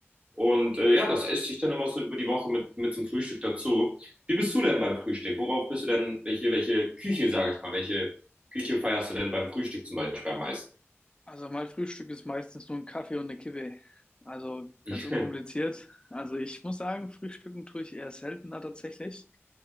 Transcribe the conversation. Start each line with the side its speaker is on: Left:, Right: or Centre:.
Right: Und äh, ja, das esse ich dann immer so über die Woche mit, mit zum Frühstück dazu. Wie bist du denn beim Frühstück? Worauf bist du denn, welche, welche Küche, sage ich mal, welche Küche feierst du denn beim Frühstück zum Beispiel am meisten?
Left: Also mein Frühstück ist meistens nur ein Kaffee und eine Kippe. Also
Right: <laughs>
Left: ganz unkompliziert. Also ich muss sagen, Frühstücken tue ich eher seltener tatsächlich.